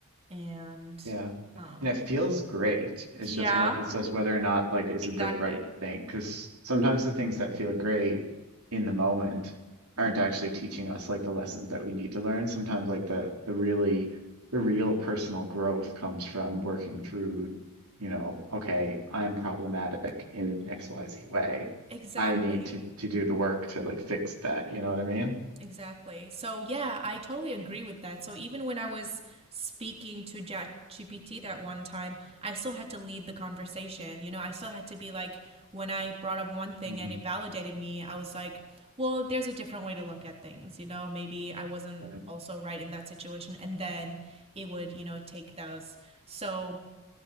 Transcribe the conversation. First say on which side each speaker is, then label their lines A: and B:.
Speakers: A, on the right (about 25°); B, on the right (about 80°).
A: and
B: Yeah.
A: um,
B: And it feels great. It's
A: yeah,
B: just one, it's just whether or not, like, is
A: exactly.
B: it the right thing? Because sometimes the things that feel great in the moment
A: Mhm.
B: aren't actually teaching us like the lessons that we need to learn. Sometimes like the the really the real personal growth comes from working through, you know, okay, I'm problematic in
A: Mhm.
B: XYZ way.
A: Exactly.
B: I need to to do the work to like fix that. You know what I mean?
A: Exactly. So yeah, I totally agree with that. So even when I was speaking to ChatGPT that one time, I still had to lead the conversation. You know, I still had to be like, when I brought up one thing
B: hmm
A: and it validated me, I was like, well, there's a different way to look at things. You know, maybe I wasn't
B: Yeah.
A: also right in that situation. And then it would, you know, take those. So